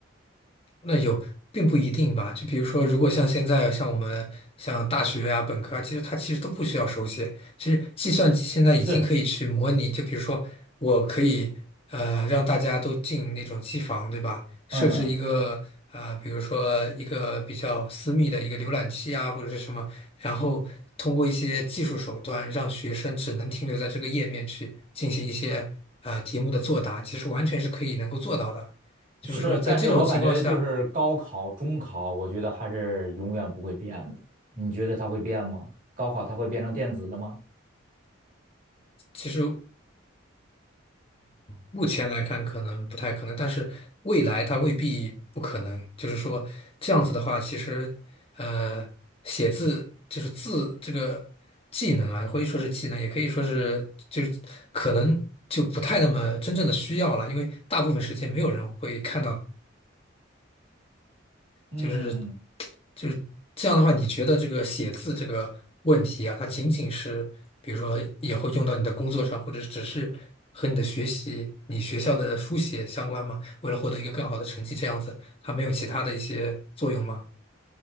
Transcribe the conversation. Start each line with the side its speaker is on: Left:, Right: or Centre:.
Left: 那有，并不一定吧。就比如说，如果像现在，像我们像大学呀、本科啊，其实它其实都不需要手写。其实计算机现在已经可以去模拟，
Right: 是，
Left: 就比如说，我可以呃让大家都进那种机房，对吧？设置一个呃，
Right: 嗯，
Left: 比如说一个比较私密的一个浏览器啊，或者是什么，然后通过一些技术手段，让学生只能停留在这个页面去进行一些呃题目的作答，其实完全是可以能够做到的。就是说，
Right: 是，
Left: 在这种情况下。
Right: 但是我感觉就是高考、中考，我觉得还是永远不会变的。你觉得它会变吗？高考它会变成电子的吗？
Left: 就目前来看可能不太可能，但是未来它未必不可能。就是说这样子的话，其实呃，写字就是字这个技能啊，可以说是技能，也可以说是就是可能就不太那么真正的需要了，因为大部分时间没有人会看到。
Right: 嗯。
Left: 就是就是这样的话，你觉得这个写字这个问题啊，它仅仅是比如说以后用到你的工作上，或者只是和你的学习、你学校的书写相关吗？为了获得一个更好的成绩，这样子，它没有其他的一些作用吗？